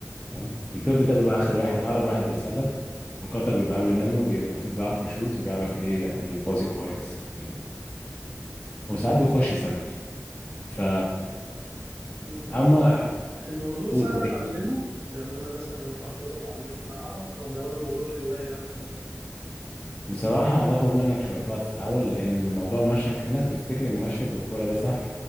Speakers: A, on the left; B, on the right.
A: تمام البيفت ده بيبقى اخر واحد اقرب واحد للسله والكتر بيبقى قبل منه بي- المفروض بيعرف يشوت وبيعرف ايه يعني ايه بازي كويس كده وساعات بيخش يسجل ف
B: الم-
A: اما
B: الموضوع
A: قول
B: سهل
A: قول
B: اتعلمه يعني انا مثلا لو حبيت اتعلمها اعرف ولا هو الموضوع هواية اكتر
A: بصراحة هتاخد منك شوية وقت في الأول لأن موضوع مشك في ناس بتفتكر إن مشك بالكورة ده سهل